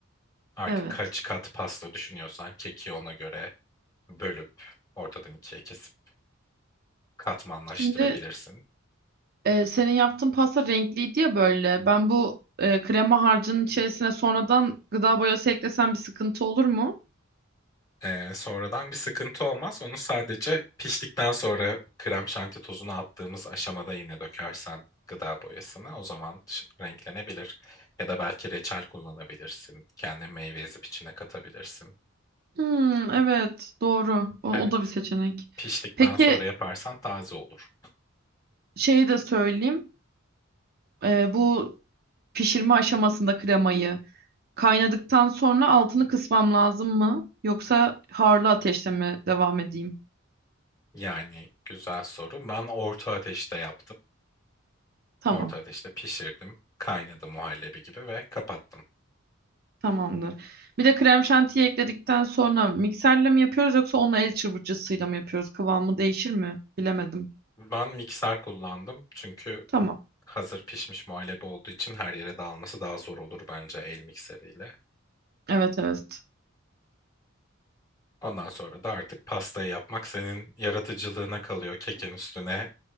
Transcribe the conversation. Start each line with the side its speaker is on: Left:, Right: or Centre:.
Left: Artık
Right: evet.
Left: kaç kat pasta düşünüyorsan keki ona göre bölüp ortadan ikiye kesip katmanlaştırabilirsin.
Right: Şimdi Ee, senin yaptığın pasta renkliydi ya böyle. Ben bu e, krema harcının içerisine sonradan gıda boyası eklesem bir sıkıntı olur mu?
Left: Ee, sonradan bir sıkıntı olmaz. Onu sadece piştikten sonra krem şanti tozunu attığımız aşamada yine dökersen gıda boyasına o zaman ş- renklenebilir. Ya da belki reçel kullanabilirsin. Kendi meyve ezip içine katabilirsin.
Right: Hmm, evet doğru. O, o
Left: Evet.
Right: da bir seçenek.
Left: Piştikten
Right: Peki
Left: sonra yaparsan taze olur.
Right: şeyi de söyleyeyim. Ee, bu pişirme aşamasında kremayı kaynadıktan sonra altını kısmam lazım mı? Yoksa harlı ateşte mi devam edeyim?
Left: Yani güzel soru. Ben orta ateşte yaptım.
Right: Tamam.
Left: Orta ateşte pişirdim. Kaynadı muhallebi gibi ve kapattım.
Right: Tamamdır. Bir de krem şantiyi ekledikten sonra mikserle mi yapıyoruz yoksa onu el çırpıcısıyla mı yapıyoruz? Kıvamı değişir mi? Bilemedim.
Left: Ben mikser kullandım çünkü
Right: Tamam.
Left: Hazır pişmiş muhallebi olduğu için her yere dağılması daha zor olur bence el mikseriyle.
Right: Evet evet.
Left: Ondan sonra da artık pastayı yapmak senin yaratıcılığına kalıyor. Kekin üstüne